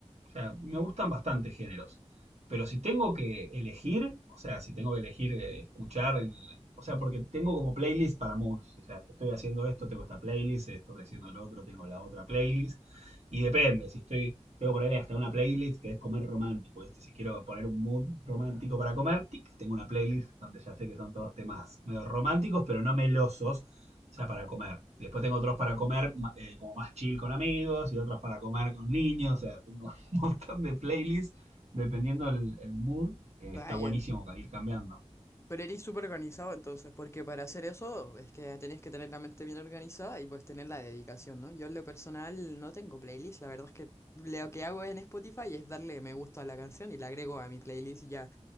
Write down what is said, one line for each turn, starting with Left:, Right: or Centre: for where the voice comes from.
Right: O sea, me gustan bastante géneros. Pero si tengo que elegir, o sea, si tengo que elegir eh, escuchar, en- o sea, porque tengo como playlist para moods. O sea, si estoy haciendo esto, tengo esta playlist, si estoy haciendo lo otro, tengo la otra playlist. Y depende, si estoy, tengo que ponerle hasta una playlist que es comer romántico. ¿viste? Si quiero poner un mood romántico para comer, tic, tengo una playlist donde ya sé que son todos temas medio románticos, pero no melosos. O sea, para comer. Después tengo otros para comer ma- eh, como más chill con amigos y otros para comer con niños. O sea, tengo <laughs> montón de playlists, dependiendo el, el mood, eh,
Left: Vaya,
Right: está buenísimo ca- ir cambiando.
Left: pero eres súper organizado entonces, porque para hacer eso es que tenés que tener la mente bien organizada y pues tener la dedicación, ¿no? Yo en lo personal no tengo playlist, la verdad es que lo que hago en Spotify es darle me gusta a la canción y la agrego a mi playlist y ya.